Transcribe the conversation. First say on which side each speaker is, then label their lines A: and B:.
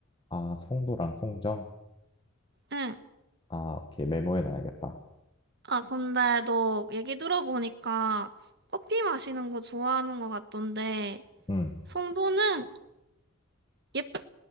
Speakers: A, on the left; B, on the right.
A: 아, 송도랑 송정?
B: 응.
A: 아, 오케이. 메모해 놔야겠다.
B: 아 근데 너 얘기 들어보니까 커피 마시는 거 좋아하는 것 같던데
A: 음.
B: 송도는 예쁜